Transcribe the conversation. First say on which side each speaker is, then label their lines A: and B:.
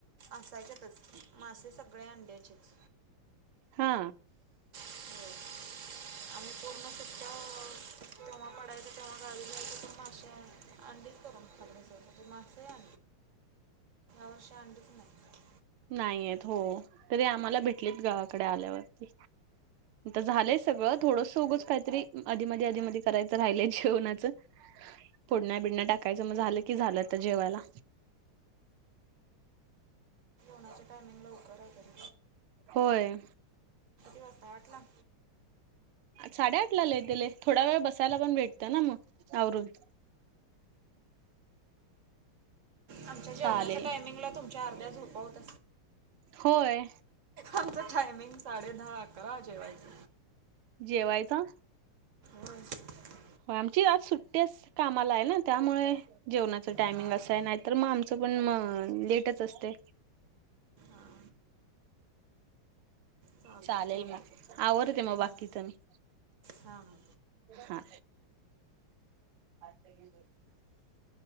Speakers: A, on the right; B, on the right.
A: असायच्यातच. मासे सगळे अंड्याचेच.
B: हा
A: होय आम्ही पूर्ण सुट्ट्या तेव्हा पडायच तेव्हा गावी जायचं तेव्हा अश्या अंडी.
B: <unintelligible>
A: े मस या वर्ष आ त नाही.
B: नाही येत हो तरी आम्हाला भेटलीत गावाकडे आल्यावरती. झालंय सगळं थोडंस उगंच काहीतरी आधी मधी आधी मध करायचं राहिलंय जेवणाचं. पुडण्या बिडण्या टाकायचं मग झालं कि झालं तर जेवायला.
A: फोणाच्या टायमिंग लवकर आलय.
B: होय.
A: ता वाटला.
B: साडे आठ ला लतेले थोडा वेळ बसायला पण भेटत ना मग आवरून.
A: आमच्या जेवणाच्या
B: चालेल
A: टायमिंगला तुमच्या अर्ध्या झोपा होत
B: होय
A: आमच टायमिंग साडे दहा अकरा जेवायच.
B: जेवायचा.
A: हो
B: होय आमची आज सुट्टी कामाला आहे ना त्यामुळे जेवणाच टायमिंग
A: हां
B: असं
A: हां
B: आहे नाही तर मग आमचं पण मग. हा लेटच असते.
A: हां चालते
B: चालेल
A: चालते
B: मग आवरते मग बाकीच
A: हां
B: मी.
A: हां हां
B: हा <unintelligible>